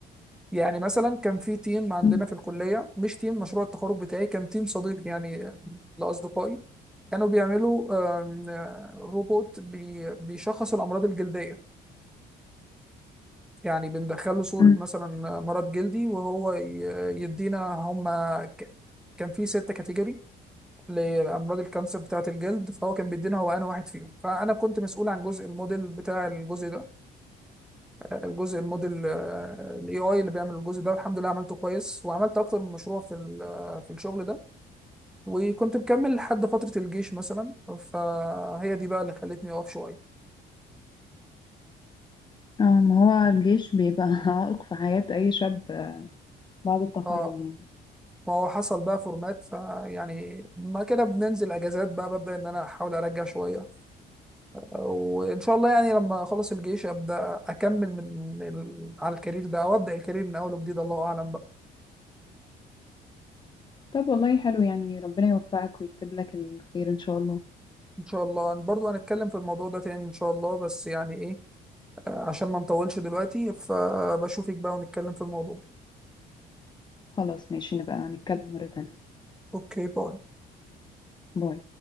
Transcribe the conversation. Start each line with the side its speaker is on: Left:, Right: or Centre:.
Centre: يعني مثلا كان في تيم عندنا
Left: مم.
Centre: في الكليه مش تيم مشروع التخرج بتاعي كان تيم صديق يعني لاصدقائي كانوا بيعملوا آم، آه، روبوت بي- بيشخص الامراض الجلديه يعني بندخله صورة
Left: مم.
Centre: مثلا مرض جلدي وهو ي- يدينا هما ك- كان في ستة كاتيجوري لأمراض الكانسر بتاعة الجلد فهو كان بيدينا هو أنا واحد فيهم فأنا كنت مسؤول عن جزء الموديل بتاع الجزء ده الجزء الموديل الاي اي اللي بيعمل الجزء ده والحمد لله عملته كويس وعملت أكتر من مشروع في ال- آه، في الشغل ده وكنت مكمل لحد فترة الجيش مثلا فهي دي بقى اللي خلتني أقف شوية
Left: اه ما هو الجيش بيبقى <laughs> عائق في حياة اي شاب بعد التخرج
Centre: اه
Left: يعني
Centre: ما هو حصل بقى فورمات فيعني ما كده بننزل اجازات بقى ببدا ان انا احاول ارجع شويه وان شاء الله يعني لما اخلص الجيش ابدا اكمل من ال... على الكارير ده او ابدا الكارير من اول وجديد الله اعلم بقى
Left: طب والله حلو يعني ربنا يوفقك ويكتب لك الخير ان شاء الله
Centre: ان شاء الله أنا برضو هنتكلم في الموضوع ده تاني ان شاء الله بس يعني ايه آه، عشان ما نطولش دلوقتي فبشوفك بقى ونتكلم في الموضوع
Left: خلاص ماشي نبقى نتكلم مرة تانية
Centre: اوكي باي
Left: باي